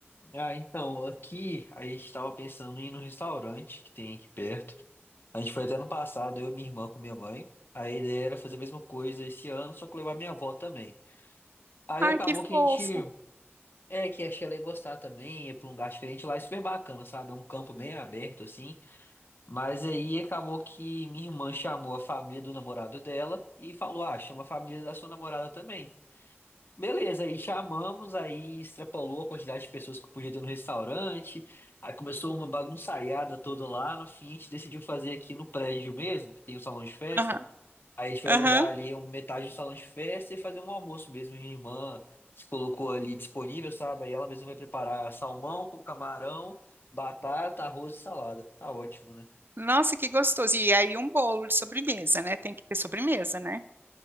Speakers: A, on the left (about 55°); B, on the right (about 55°).
A: Ah, então, aqui a gente tava pensando em ir no restaurante que tem aqui perto. A gente foi até ano passado, eu e minha irmã com minha mãe. A ideia era fazer a mesma coisa esse ano, só que levar minha avó também. Aí
B: Ai,
A: acabou
B: que fofo.
A: que a gente É, que achei ela ia gostar também, ir pra um lugar diferente lá, é super bacana, sabe? É um campo bem aberto, assim. Mas aí acabou que minha irmã chamou a família do namorado dela e falou: Ah, chama a família da sua namorada também. Beleza, aí chamamos, aí extrapolou a quantidade de pessoas que podia ter no restaurante, aí começou uma bagunçaiada toda lá. No fim, a gente decidiu fazer aqui no prédio mesmo, que tem o salão de festa.
B: Aham,
A: Aí a gente foi
B: aham.
A: alugar ali um- metade do salão de festa e fazer um almoço mesmo. Minha irmã se colocou ali disponível, sabe? Aí ela mesma vai preparar salmão com camarão, batata, arroz e salada. Tá ótimo, né?
B: Nossa, que gostoso. E aí um bolo de sobremesa, né? Tem que ter sobremesa, né?